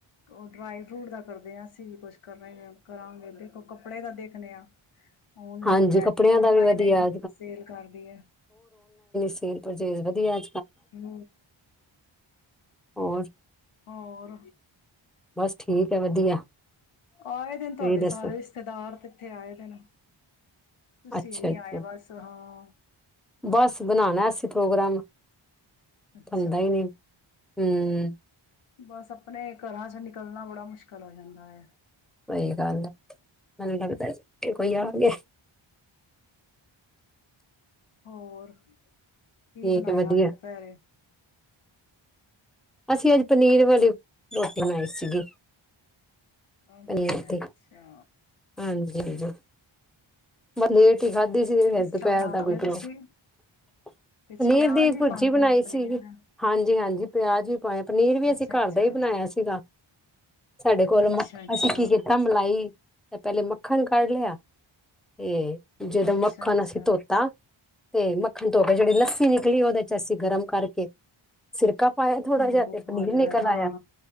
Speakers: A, on the left; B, in the centre.
A: ਉਹ ਡਰਾਈ ਫਰੂਟ ਦਾ ਕਰਦੇ ਹਾਂ, ਅਸੀਂ ਵੀ ਕੁਛ ਕਰਨਾ ਹੀ ਆ, ਕਰਾਂਗੇ ਦੇਖੋ ਕੱਪੜੇ ਦਾ ਦੇਖਣੇ ਆ। ਓਨਲਾਈਨ
B: ਹਾਂਜੀ
A: ਲੈ
B: ਕੱਪੜਿਆਂ
A: ਕੇ।
B: ਦਾ
A: ਓਨਲਾਈਨ
B: ਵੀ ਵਧੀਆ
A: ਹੀ ਸੇਲ ਕਰਦੀ ਆ
B: ਸੇਲ-ਪਰਚੇਸ ਵਦੀਆ
A: ਹੂੰ।
B: ਹੋਰ
A: ਹੋਰ।
B: ਬਸ ਠੀਕ ਹੈ ਵਧੀਆ
A: ਆਏ ਦੇਨ
B: ਤੁਸੀਂ
A: ਤੁਆਡੇ
B: ਦੱਸੋ
A: ਸਾਰੇ ਰਿਸ਼ਤੇਦਾਰ ਇਥੇ ਆਏ ਦੇਨ। ਤੁਸੀਂ
B: ਅੱਛਾ
A: ਨਈ
B: ਅੱਛਾ
A: ਆਏ ਬਸ, ਹਾਂ
B: ਬਸ ਬਨਾਨਾ ਸੀ ਪ੍ਰੋਗਰਾਮ,
A: ਅੱਛਾ
B: ਬਨਦਾ ਹੀ ਨਈ, ਹੂੰ।
A: ਬਸ ਅਪਨੇ ਘਰਾਂ ਚ ਨਿਕਲਣਾ ਬੜਾ ਮੁਸ਼ਕਲ ਹੋ ਜਾਂਦਾ ਏ।
B: ਸਹੀ ਗੱਲ ਆ, ਮੈਨੂੰ ਲੱਗਦਾ ਕੋਈ ਆ ਗੇਆ।
A: ਹੋਰ।
B: ਠੀਕ
A: ਕੀ ਬਨਾਯਾ
B: ਹੈ ਵਧੀਆ
A: ਅਜ ਦੁਪੈਰੇ?
B: ਅਸੀ ਅੱਜ ਪਨੀਰ ਵਾਲੀ ਰੋਟੀ ਬਨਾਈ ਸੀਗੀ।
A: ਅੱਛਾ-ਅੱਛਾ।
B: ਪਨੀਰ ਦੀ ਹਾਂਜੀ, ਹਾਂਜੀ। ਬ ਲੇਟ ਈ ਖਾਧੀ ਸੀ ਤੇ ਫੇਰ
A: ਕਿਸ
B: ਦੁਪੈਰ
A: ਤਰ੍ਹਾਂ ਬਣਾਉਂਦੇ
B: ਦਾ ਕੋਈ
A: ਹੋ
B: ਪ੍ਰੋ।
A: ਤੁਸੀਂ
B: ਪਨੀਰ
A: ਵਿੱਚ ਪਿਆਜ
B: ਦੀ ਭੁਜੀ
A: ਵੀ ਪਾਉਂਦੇ
B: ਬਨਾਈ
A: ਹੋ ਪਨੀਰ
B: ਸੀਗੀ।
A: ਦਾ?
B: ਹਾਂਜੀ, ਹਾਂਜੀ, ਪਿਆਜ ਵੀ ਪਾਯਾ ਪਨੀਰ ਵੀ ਅਸੀਂ
A: ਅੱਛਾ
B: ਘਰ
A: ਅੱਛਾ
B: ਦਾ ਹੀ ਬਨਾਇਆ ਸੀਗਾ। ਸਾਡੇ ਕੋਲ
A: ਅੱਛਾ
B: ਮ, ਨਾ
A: ਅੱਛਾ
B: ਅਸੀਂ ਕੀ ਕੀਤਾ ਮਲਾਈ ਪੈਲੇ ਮੱਖਣ ਕੱਢ ਲਿਆ, ਤੇ ਜਦੋ
A: ਅੱਛਾ
B: ਮੱਖਣ
A: ਅੱਛਾ
B: ਅਸੀਂ ਧੋਤਾ, ਤੇ ਮ ਮਖਣ ਧੋ ਕੇ ਜੇੜੀ ਲੱਸੀ ਨਿਕਲੀ ਓਦੇ ਚ ਅਸੀਂ ਗਰਮ ਕਰਕੇ ਸਿਰ ਕਾ ਪਾਇਆ ਥੋੜਾ
A: ਨਿੰਬੂ
B: ਜਿਹਾ ਤੇ
A: ਪਾ
B: ਪਨੀਰ
A: ਲਿਆ
B: ਨਿਕਲ
A: ਹਾਂ
B: ਆਯਾ,